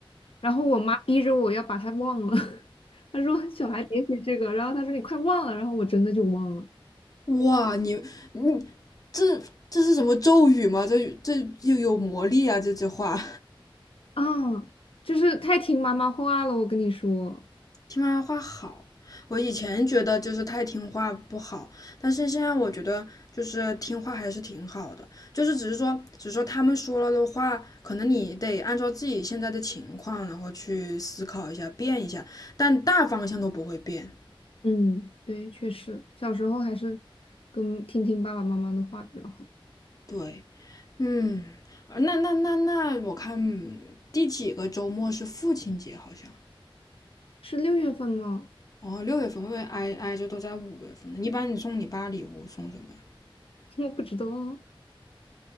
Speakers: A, on the left; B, on the left.
A: 然后我妈逼着我要把它忘了，<laughs> 她说小孩别学这个，然后她说你快忘了，然后我真的就忘了。
B: 哇，你你这这是什么咒语吗？这这又有魔力啊！这句话，
A: 啊，就是太听妈妈话了，我跟你说，
B: <laughs> 听妈妈话好。我以前觉得就是太听话不好，但是现在我觉得就是听话还是挺好的，就是只是说，只是说他们说了的话，可能你得按照自己现在的情况，然后去思考一下，变一下，但大方向都不会变。
A: 嗯，对，确实，小时候还是跟听听爸爸妈妈的话比较好。
B: 对，嗯，呃那那那那，我看第几个周末是父亲节，好像
A: 是六月份吗？
B: 哦，六月份会不会挨挨着都在五月份呢。一般你送你爸礼物送什么呀？
A: <laughs> 我不知道啊，